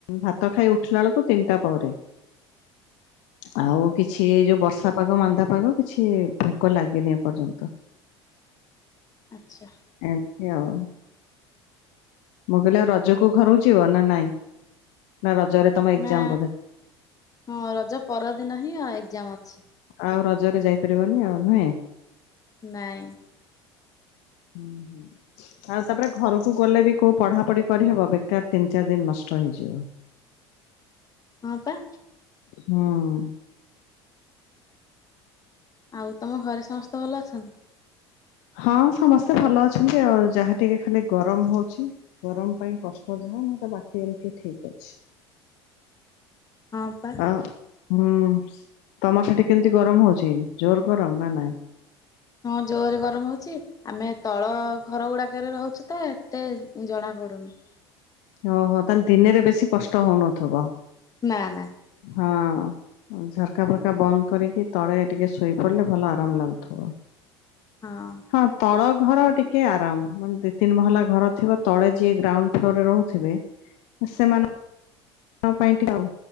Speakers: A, on the left; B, on the left.
A: ଭାତ ଖାଇ ଉଠିଲା ବେଳକୁ ତିନିଟା ପରେ।
B: <inaudible>
A: ଆଉ କିଛି ଯୋଉ ବର୍ଷା ପାଗ ମାନ୍ଦା ପାଗ କିଛି ଭୋକ ଲାଗେନି ଏପର୍ଯ୍ୟନ୍ତ।
B: ଆ୍ଛା
A: ଏମିତି ଆଉ। ମୁଁ କହିଲେ ଆଉ ରଜକୁ ଘରୁଛିିବ ନା ନାଇଁ ନା ରଜରେ ତମ ଏକ୍ଜାମ
B: ନା
A: ବୋଧେ
B: ହଁ ରଜ ପରଦିନ ହିଁ ଏକ୍ଜାମ ଅଛି।
A: ଆଉ ରଜରେ ଯାଇପାରିବନି ଆଉ, ନୁହେଁ?
B: ନାଇଁ
A: ନୁହେଁ ଆଉ ତାପରେ ଘରକୁ ଗଲେ ବି କୋଉ ପଢାପଢି କରିହବ ବେକାର ତିନି ଚାରି ଦିନ ନଷ୍ଟ ହେଇଯିବ।
B: ହଁ ପା
A: ହଁ
B: ଆଉ ତମ ଘରେ ସମସ୍ତେ ଭଲ ଅଛନ୍ତି?
A: ହଁ ସମସ୍ତେ ଭଲ ଅଛନ୍ତି ଆଉ। ଯାହା ଟିକେ ଖାଲି ଗରମ ହଉଛି ଗରମ ପାଇଁ କଷ୍ଟ ଯାହା ମେତେ ବାକି ଏମିତି ଠିକ୍ ଅଛି।
B: ହଁ ପା
A: ଆ ହୁଁ ତମର ସେଠି କେମତି ଗରମ ହଉଛି ଜୋର ଗରମ ନା ନାଇଁ?
B: ହଁ ଜୋରରେ ଗରମ ହଉଚି। ଆମେ ତଳ ଘର ଗୁଡାକରେ ରହୁଛୁ ତ ଏତେ ଜଣା ପଡୁନି।
A: ଓହୋ ତାହେଲେ ଦିନେରେ ବେଶୀ କଷ୍ଟ ହଉନଥିବ?
B: ନାଁ ନାଁ
A: ହଁ ଝରକା ଫରକା ବନ୍ଦ କରିକି ତଳେ ଟିକେ ଶୋଇ ପଡିଲେ ଭଲ ଆରାମ ଲାଗୁଥିବ।
B: ହଁ।
A: ହଁ ତଳ ଘର ଟିକେ ଆରାମ। ମାନେ ଦି ତିନି ମହଲା ଘର ଥିବ ତଳେ ଯିଏ ଗ୍ରାଉଣ୍ଡ ଫ୍ଲୋରରେ ରହୁଥିବେ ଉ ସେମାନ ଙ୍କ ପାଇଁ ଟିକେ ଆଉ।